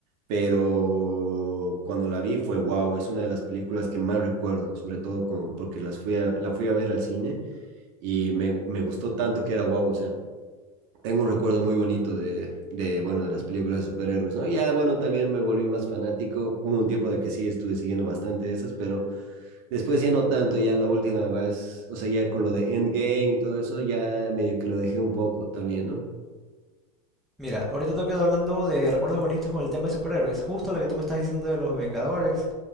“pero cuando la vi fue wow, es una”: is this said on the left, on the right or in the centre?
Right